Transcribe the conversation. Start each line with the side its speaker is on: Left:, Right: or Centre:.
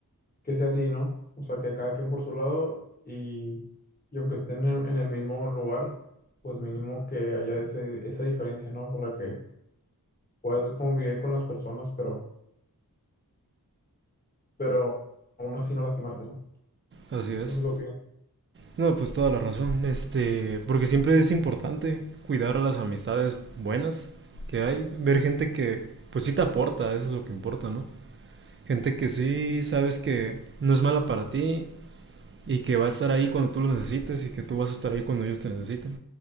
Left: que sea así, ¿no? O sea, que cada quien por su lado y, y aunque estén en, en el mismo lugar, pues mínimo que haya ese, esa diferencia, ¿no? Para que puedas convivir con las personas, pero, pero aún así no lastimarte, ¿no?
Right: Así es.
Left: No sé qué opinas.
Right: No, pues toda la razón. Este, porque siempre es importante cuidar a las amistades buenas que hay, ver gente que pues sí te aporta, eso es lo que importa, ¿no? Gente que sí sabes que no es mala para ti y que va a estar ahí cuando tú lo necesites y que tú vas a estar ahí cuando ellos te necesiten.